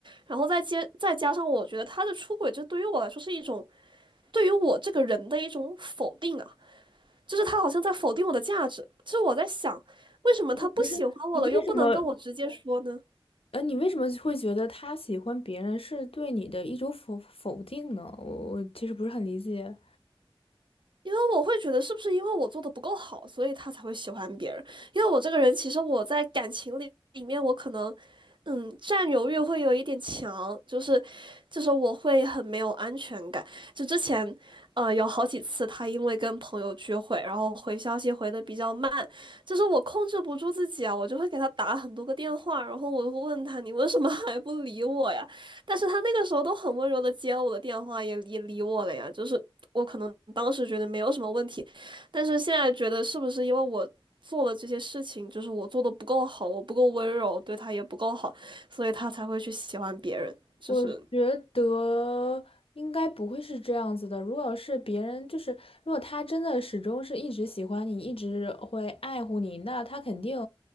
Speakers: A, on the right (about 55°); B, on the left (about 80°).
A: 然后再接再加上我觉得他的出轨，就对于我来说是一种对于我这个人的一种否定啊，就是他好像在否定我的价值，就是我在想，为什么他不喜欢我了，
B: 不是，你为什么？
A: 又不能跟我直接说呢？
B: 呃，你为什么会觉得他喜欢别人是对你的一种否否定呢？我我其实不是很理解。
A: 因为我会觉得是不是因为我做的不够好，所以他才会喜欢别人？因为我这个人，其实我在感情里里面，我可能，嗯，占有欲会有一点强，就是就是我会很没有安全感。就之前，呃，有好几次他因为跟朋友聚会，然后回消息回的比较慢，就是我控制不住自己啊，我就会给他打很多个电话，然后我就会问他你为什么 <laughs> 还不理我呀？但是他那个时候都很温柔的接了我的电话，也也理我了呀，就是。我可能当时觉得没有什么问题，但是现在觉得是不是因为我做了这些事情，就是我做的不够好，我不够温柔，对他也不够好，所以他才会去喜欢别人，就是
B: 我觉得应该不会是这样子的。如果是别人，就是如果他真的始终是一直喜欢你，一直会爱护你，那他肯定，